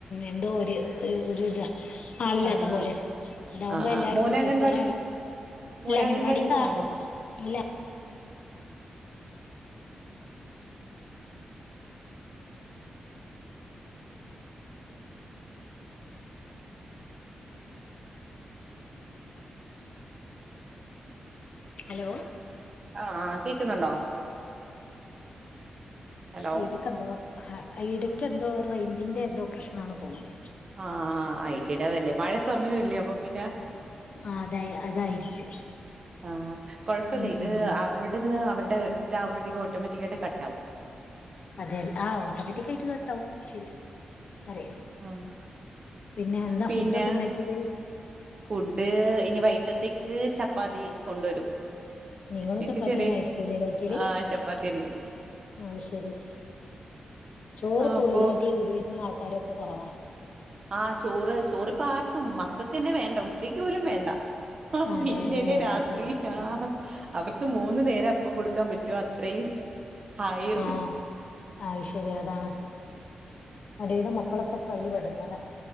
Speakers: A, on the left (about 55°); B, on the right (about 35°).
A: എന്തോ ഒരു ഒരു ഒരുദ ആളില്ലാത്ത
B: ആഹ്
A: പോലെ അതാവുമ്പോ
B: ആഹ്
A: എല്ലാരുംണ്ട്
B: ആഹ് മോന് അംഗൻവാടി
A: സിസ്റ്ററ
B: മോന്
A: ഇല്ല അംഗൻവാടിക്ക
B: അംഗൻവാടി പോകുന്നുണ്ടോ
A: അല്ല ഹലോ
B: ആ ആ് കേൾക്കുന്നുണ്ടോ? ഹലോ
A: അയിടക്ക എന്തോ അടക്ക് എന്തോ റേഞ്ചിന്റെ എന്തോ പ്രശ്നണ് തോന്നുന്നു.
B: ആഹ ഐട്ടടതല്ലേ മഴ സമയം ഇല്ല അപ്പൊ പിന്നെ
A: ആ അതാ അതായിരിക്കും
B: ആഹ കൊഴപ്പില്ല
A: ഉം
B: ഇത്
A: ഉം
B: അവിടുന്ന് അവരുടെ വട്ടട്ട ആകുമ്പോഴേക്ക ഓട്ടോമാറ്റിക്ക ആയിട്ട് കട്ട ആവും.
A: അതെല്ല ആ ഓട്ടോമാറ്റിക് ആയിട്ട് തൊട്ടാവും ശരി അ
B: ആഹ്
A: പിന്നെ എന്താ
B: പിന്നെ
A: ഫുഡ ഒക്കെ ഉണ്ടാക്കിയത്.
B: ഫുഡ് ഇനി വൈകട്ടത്തേക്ക് ചപ്പാത്തി കൊണ്ടുവരും.
A: നിങ്ങളും
B: എനിക്ക്
A: ചപ്പാത്തി
B: ചെറിയ
A: തന്നെ ആയിരിക്കല്ലേ. കൈക്കല്.
B: ആഹ് ചപ്പാത്തി തന്നെയായിരിക്കും
A: ആ ശരി ചോറ്
B: അപ്പൊ
A: പോലാണ്ടി ഒരുവിധം ആൾക്കാരൊക്കെ കുറവാ.
B: ആഹ ചോറ് ചോറിപ്പ ആർക്കും മക്കൾക്ക്ന്നെ വേണ്ട ഉച്ചക്ക് പോലും വേണ്ട. ആ
A: അതേല്ലേ
B: പിന്നലരാത്രി
A: അത് ശരി
B: ആ
A: ഉം
B: അവർക്ക് മൂന്നു നേരം അപ്പം കൊടുക്കാൻ പറ്റും. ഏറ്റവും അത്രയും ഹൈർ
A: ആഹ് ആ ശരി അതാണ് ഒരു വിധം മക്കളൊക്കെ പ്പം അയ്ല് പെടുന്നതാ